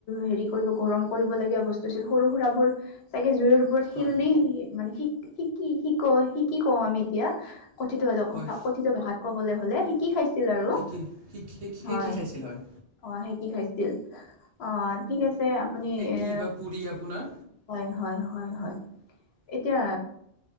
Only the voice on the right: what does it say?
হয়
হয়
<unintelligible> শিকি শিকি
খাইছিল হয়।
সেকি
বা পুৰি আপোনাৰ